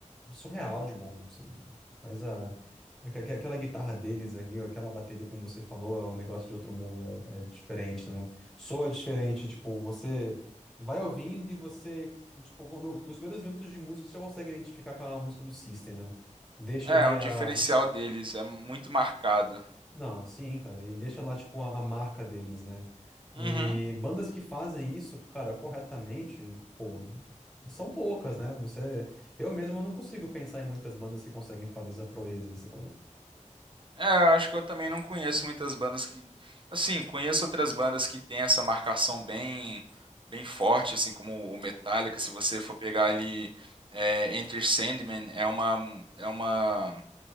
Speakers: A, in the centre; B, on the right.
A: surreal de bom, assim. Mas a, aqua- aqua- aquela guitarra deles ali, aquela bateria, como você falou, é um negócio de outro mundo, é, é diferente, né? Soa diferente, tipo, você vai ouvindo e você, tipo, quando, nos primeiros minutos de música, você já consegue identificar com a música do System, né? Deixa
B: É,
A: ali
B: é um
A: a
B: diferencial deles, é muito marcado.
A: não, sim, cara, e deixa lá, tipo, a, a marca deles, né? E
B: Uhum.
A: bandas que fazem isso, cara, corretamente, são poucas, né? Você, eu mesmo não consigo pensar em muitas bandas que conseguem fazer essa proeza. Você,
B: É, eu acho que eu também não conheço muitas bandas que, assim, conheço outras bandas que tem essa marcação bem, bem forte, assim, como o Metallica, se você for pegar ali, é, Enter Sandman, é uma, é uma